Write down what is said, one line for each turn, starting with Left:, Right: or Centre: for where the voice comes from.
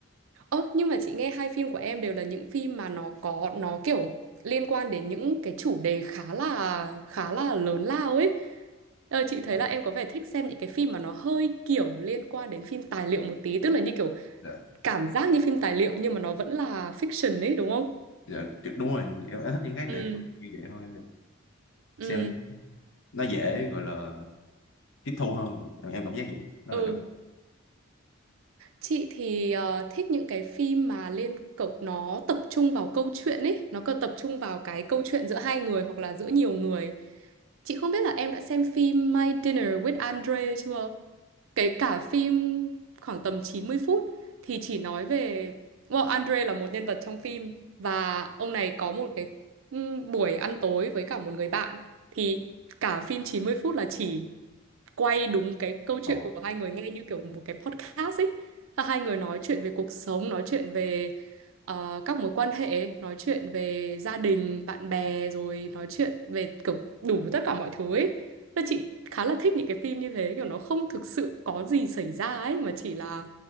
Right: Ơ nhưng mà chị nghe hai phim của em đều là những phim mà nó có nó kiểu liên quan đến những cái chủ đề khá là khá là lớn lao ấy. Ờ, chị thấy
Left: Ồ,
Right: là em có vẻ thích xem những cái phim mà nó hơi kiểu liên quan đến phim tài liệu một tí, tức là như kiểu
Left: dạ,
Right: cảm giác như phim tài liệu nhưng mà nó vẫn là fiction ấy đúng không?
Left: dạ, đúng rồi em, em thích những cái đề
Right: Ừ.
Left: tài như vậy thôi em được.
Right: Ừ.
Left: xem nó, nó dễ gọi là tiếp thu hơn em, em cảm giác vậy đó
Right: Ừ.
Left: là cảm
Right: Chị thì ờ, thích những cái phim mà liên cậu nó tập trung vào câu chuyện ấy, nó còn tập trung vào cái câu chuyện giữa hai người hoặc là giữa nhiều người. Chị không biết là em đã xem phim My Dinner with Andre chưa? Cái cả phim khoảng tầm 90 phút thì chỉ nói về well, Andre là một nhân vật trong phim và ông này có một cái ừm, buổi ăn tối với cả một người bạn thì cả phim 90 phút là chỉ quay đúng cái câu
Left: Ờ,
Right: chuyện của hai người nghe như kiểu một cái podcast ấy là hai người nói chuyện về cuộc sống, nói chuyện về ờ, các mối quan hệ, nói chuyện về gia đình, bạn bè, rồi nói chuyện về kiểu đủ tất cả mọi thứ ấy. Nên chị khá là thích những cái phim như thế, kiểu nó không thực sự có gì xảy ra ấy, mà chỉ là